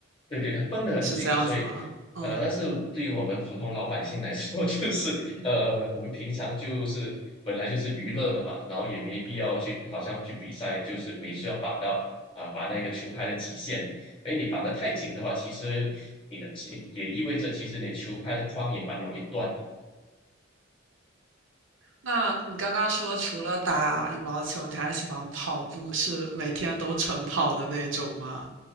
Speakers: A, on the left (about 25°); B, on the right (about 65°).
A: 对对，它绷得很紧，
B: 是这样子吗？
A: 所以，
B: 嗯，
A: 呃，但是对于我们普通老百姓来说，<laughs> 就是呃，我们平常就是本来就是娱乐的嘛，然后也没必要去好像去比赛，就是每次要绑到啊、把那个球拍的极限，哎，你绑得太紧的话，其实你的其也意味着其实你球拍的框也蛮容易断
B: 那你刚刚说除了打羽毛球，你还喜欢跑步，是每天都晨跑的那种吗？